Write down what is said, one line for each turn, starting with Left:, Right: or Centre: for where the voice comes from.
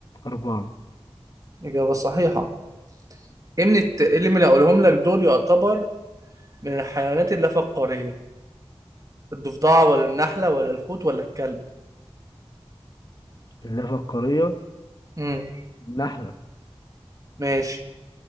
Left: أربعة
Right: إجابة صحيحة إيه من الت... إيه اللي من اللي هقولهم لك دول يعتبر من الحيوانات اللافقارية الضفدعة ولا النحلة ولا الحوت ولا الكلب
Left: اللافة القارية
Right: امم
Left: النحلة
Right: ماشي